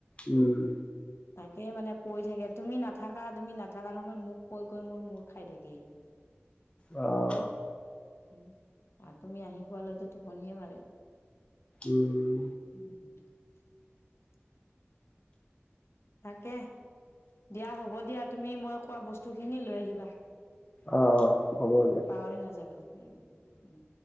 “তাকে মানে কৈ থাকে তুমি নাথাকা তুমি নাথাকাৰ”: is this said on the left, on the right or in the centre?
Left